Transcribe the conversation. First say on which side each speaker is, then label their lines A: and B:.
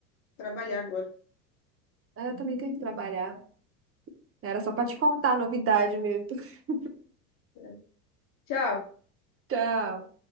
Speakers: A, on the left; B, on the right.
A: trabalhar agora.
B: Mas eu também tenho que trabalhar. Era só pra te contar a novidade mesmo. <laughs>
A: É. Tchau.
B: Tchau.